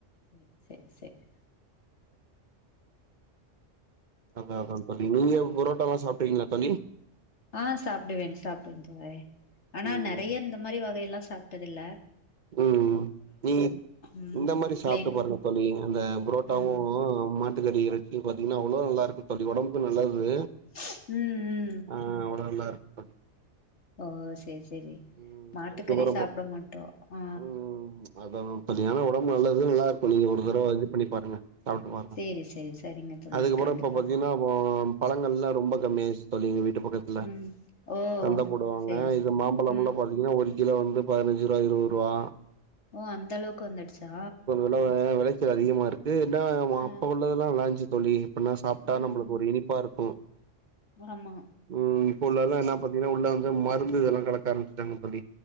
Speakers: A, on the left; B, on the right.
A: சேரி சேரி சேரி
B: அதா அதா தோழி நீங்க புரோட்டாலா சாப்ட்ருக்கீங்களா தோழி
A: ஆ சாப்டுவேன் சாப்டுவேன் தோழறே ஆனா
B: ம்
A: நெறைய இந்த மாரி வகை எல்லா சாப்டது இல்ல
B: ம் ம் நீ
A: ம்
B: இந்த மாரி சாப்ட்டு
A: பிளைன்
B: பாருங்க தோழி அந்த புரோட்டாவு
A: ம் ம்
B: சத்துக்கறி இறச்சி பாத்தீங்கன்னா அவ்ளோ நல்லாருக்கு தோழி ஒடம்புக்கு நல்லது
A: ம் ம்
B: அ அவ்ளோ நல்லாருக்கு
A: ஓ சேரி சேரி
B: ம்
A: மாட்டுக்கறி
B: அதுக்கப்புறமா
A: சாப்ட மாட்டோ அ
B: ம் அதா அதா பத்திங்கன்னா ஒடம்பு நல்லது நல்லாருக்கு நீங்க ஒரு
A: ஆ
B: தடவ இது பண்ணி பாருங்க சாப்ட்டு பாருங்க
A: சேரி சேரி சரிங்க தோழரே
B: அதுக்கப்றோ
A: கண்டிப்பா
B: இப்ப பாத்தீங்கன்னா அப்போ பழங்கள்ல்லா ரொம்ப கம்மி ஆயிருச்சு தோழி எங்க வீட்டு பக்கத்துல
A: ம் ஓ
B: சந்த போடுவாங்க
A: சேரி சேரி
B: இது மாம் பழமுல்லா
A: ம்
B: பாத்தீங்கன்னா ஒரு கிலோ வந்து பதினஞ்சு ரூபா இருவது ரூபா
A: ஓ அந்தளவுக்கு வந்துடுச்சா
B: எல்லா விளைச்சல் அதிகமா இருக்கு இன்ன
A: ஆ
B: அப்ப உள்ளதெல்லா நல்லாருஞ்சு தோழி அப்பன்னா சாப்ட்டா
A: ம்
B: நம்பளுக்கு ஒரு இனிப்பா இருக்கு
A: ஆமா
B: ம் இப்ப உள்ளல்லா என்னா பாத்தீங்கன்னா உள்ள வந்து மருந்து இதெல்லாம் கலக்க ஆரம்பச்ட்டாங்க தோழி